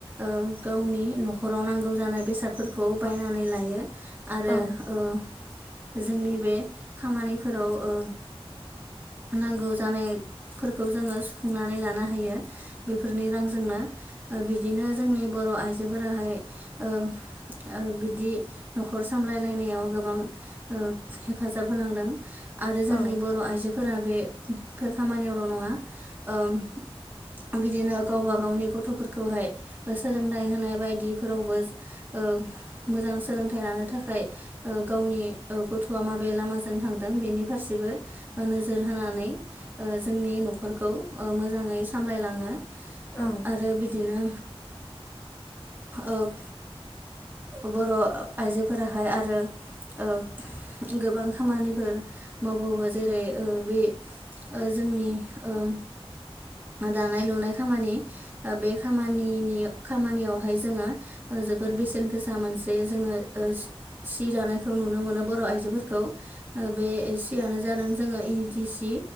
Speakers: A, on the right (about 20°); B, on the left (about 20°).
A: ओ-गावनि न'खराव नांगौ जानाय बेसाद- फोरखौ बायनानै लायो आरो
B: औ
A: ओ- जोंनि बे खामानिफोराव ओ- नांगौ जानायफोरखौ जोङो सुफुंनानै लानो हायो। बेफोरनि रांजोंनो ओ-बिदिनो जोंनि बर' आइजोफोराहाय ओ- ओ-बिदि न'खर सामलायलायनायाव गोबां ओ-हेफाजाब होलांदों। आरो
B: औ
A: जोंनि बर' आइजोफोरा बेफोर खामानियावल' नङा। ओ- बिदिनो गावब गावनि गथ'फोरखौहाय। सोलोंथाइ होनाय बायदिफोरावबो ओ-मोजां सोलोंथाइ लानो थाखाय। ओ-गावनि ओ गथ'आ माबे लामाजों थांदों बेनि फारसेबो ओ-नोजोर होनानै। ओ-जोंनि न'खरखौ ओ-मोजाङै सामलायलाङो।
B: औ
A: आरो बिदिनो ओ- बर' आइजोफोराहाय आरो। ओ गोबां खामानिफोर मावबावो जेरै ओ बे ओ जोंनि ओ दानाय लुनाय खामानि ओ बे खामनिनि खामानियावहाय जोङो ओ जोबोर बेसेन गोसा मोनसे जोङो ओ सि दानायखौ नुनो मोनो बर' आइजोफोरखौ बे सियानो जादों जोङो इन्दि सि